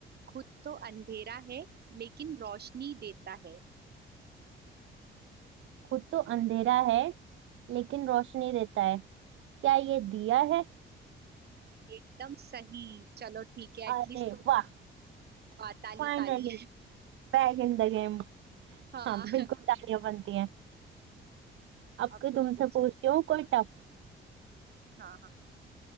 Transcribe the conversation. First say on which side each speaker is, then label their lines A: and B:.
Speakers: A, on the right; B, on the right.
A: खुद तो अंधेरा है लेकिन रोशनी देता है
B: खुद तो अंधेरा है लेकिन रोशनी देता है क्या ये दिया है
A: एकदम सही चलो ठीक है
B: अरे
A: एटलीस्ट तुम
B: वाह
A: आ, ताली
B: finally
A: ताली
B: back in the game
A: <laughs> हाँ
B: हाँ बिल्कुल तालियां बनती हैं अब
A: अब
B: कोई
A: तुम
B: तुमसे
A: पूछो
B: पूछती हूँ कोई टफ
A: हाँ हाँ।